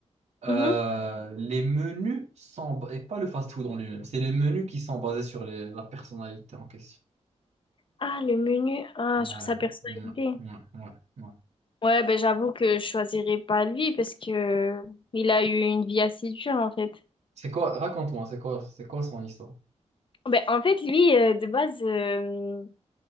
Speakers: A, on the right (about 70°); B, on the left (about 45°).
A: euh,
B: Mhm.
A: les menus sont, et pas le fast-food en lui-même, c'est les menus qui sont basés sur les- la personnalité en question.
B: Ah, le menu, ah,
A: Ouais,
B: sur sa personnalité.
A: ouais, ouais, ouais, ouais.
B: Ouais, ben j'avoue que je choisirais pas lui parce que il a eu une vie assez dure en fait.
A: C'est quoi, raconte-moi, c'est quoi, c'est quoi son histoire?
B: Ben, en fait, lui, euh, de base, euh,